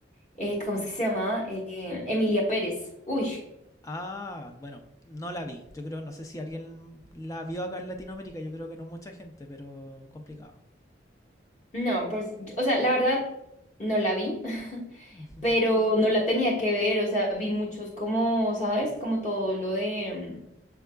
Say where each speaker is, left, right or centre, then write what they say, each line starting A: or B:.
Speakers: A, on the left (about 40°); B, on the left (about 20°).
A: eh, ¿cómo es que se llama? Emilia Pérez. Uy,
B: Ah, bueno, no la vi. Yo creo, no sé si alguien la vio acá en Latinoamérica, yo creo que no mucha gente, pero complicado.
A: no, pues, yo- o sea, la verdad, no la vi, <laughs>
B: <laughs>
A: pero no la tenía que ver, o sea, vi muchos como, ¿sabes? Como todo lo de... mm,